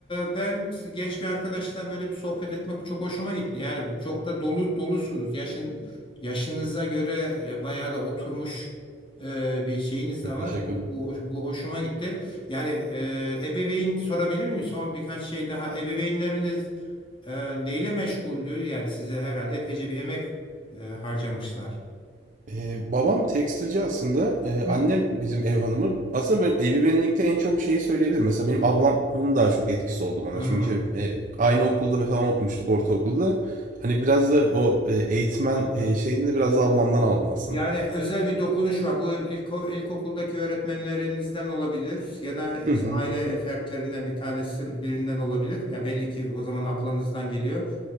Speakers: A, on the left (about 30°); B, on the right (about 45°).
A: e, ben genç bir arkadaşla böyle bir sohbet etmek çok hoşuma gitti. Yani çok da dolu dolusunuz. Yaşın Yaşınıza göre e, bayağı da oturmuş e, bir şeyiniz de
B: Çok
A: var.
B: teşekkür
A: Bu,
B: ederim.
A: bu, hoş- bu hoşuma gitti. Yani e, ebeveyn sorabilir miyim? Son birkaç şey daha. Ebeveynleriniz e, neyle meşguldü? Yani size herhalde epeyce bir emek e, harcamışlar.
B: Eee, babam tekstilci aslında. Eee,
A: Hmm.
B: annem bizim ev hanımı. Aslında benim evi benlikte en çok şeyi söyleyebilirim. Mesela benim ablamın daha çok etkisi oldu bana.
A: Hmm.
B: Çünkü eee, aynı okulda falan okumuştuk ortaokulda. Hani biraz da o eee, eğitmen
A: Anladım.
B: eee, şeyini de biraz da ablamdan aldım aslında.
A: Yani özel bir dokunuş var. Bu ilko, ilkokuldaki öğretmenlerinizden olabilir ya da e,
B: Hı
A: işte
B: hı.
A: aile fertlerinden bir tanesi birinden olabilir. Ya belli ki o zaman ablanızdan geliyor.